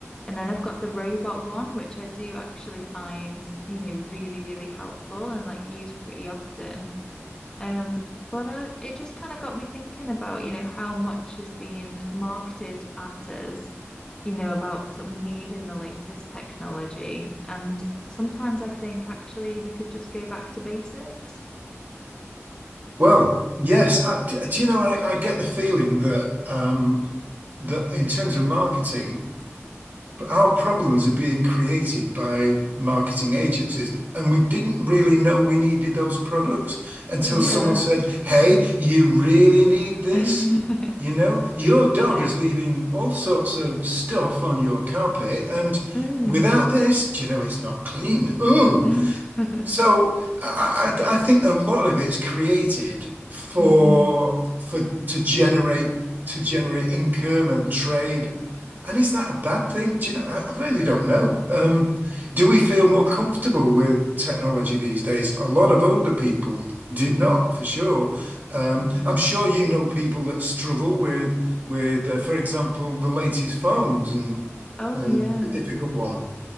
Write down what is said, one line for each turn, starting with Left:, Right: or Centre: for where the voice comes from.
Left: And then I've got the robot one, which I do actually find, you know, really, really helpful and like used pretty often. Um, but I, it just kind of got me thinking about, you know, how much is being marketed at us, you know, about sort of needing the latest technology. And sometimes I think actually we could just go back to basics.
Right: Well, yes. I, d- do you know? I, I get the feeling that um, that in terms of marketing, our problems are being created by marketing agencies, and we didn't really know we needed those products until
Left: Yeah.
Right: someone said, "Hey, you really need this."
Left: <laughs>
Right: You know, your dog
Left: Yeah.
Right: is leaving all sorts of stuff on your carpet, and
Left: Mm.
Right: without this, do you know, it's not clean. Ooh.
Left: <laughs>
Right: So I, I I think a lot of it's created for
Left: Mm.
Right: for to generate to generate income and trade. And is
Left: Mm.
Right: that a bad thing? Do you know? I, I really don't know. Um, do we feel more comfortable with technology these days? A lot of older people did not, for sure. Um,
Left: Mm.
Right: I'm sure you know people that struggle with with, uh, for example, the latest phones and
Left: Oh,
Right: and
Left: yeah.
Right: it's a difficult one.